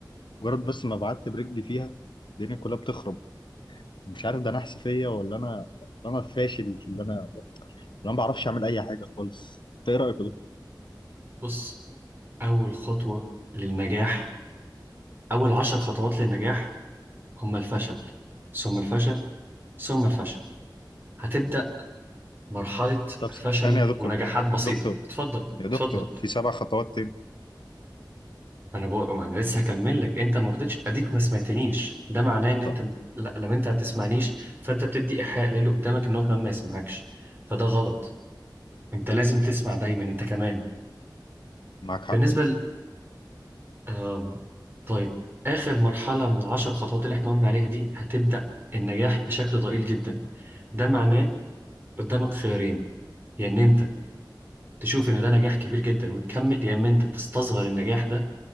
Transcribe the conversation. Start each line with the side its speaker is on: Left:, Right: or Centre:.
Left: مجرد بس ما بعت برجلي فيها الدنيا كلها بتخرب مش عارف ده انا حسفيه ولا انا ولا انا فاشل في اللي انا ولا انا ما بعرفش اعمل اي حاجه خالص انت ايه رايك يا دكتور
Right: بص اول خطوة للنجاح اول عشر خطوات للنجاح هم الفشل ثم الفشل ثم الفشل هتبدأ مرحلة
Left: طب
Right: فشل
Left: ثانيه يا دكتور
Right: ونجاحات بسيطة
Left: دكتور
Right: اتفضل
Left: يا
Right: اتفضل
Left: دكتور في سبع خطوات تاني
Right: انا بقول انا لسه هكمل لك انت ما رضيتش اديك ما سمعتنيش ده معناه ان
Left: طب
Right: انت لا لما انت ما بتسمعنيش فانت بتدي ايحاء للي قدامك ان هو كمان ما يسمعكش فده غلط انت لازم تسمع دايما انت كمان
Left: معاك حق
Right: بالنسبة
Left: يا دكتور
Right: ل... آم... طيب اخر مرحلة من العشر خطوات اللي احنا قلنا عليها دي هتبدأ النجاح بشكل ضئيل جدا ده معناه قدامك خيارين يا ان انت تشوف ان ده نجاح كبير جدا وتكمل يا اما انت تستصغر النجاح ده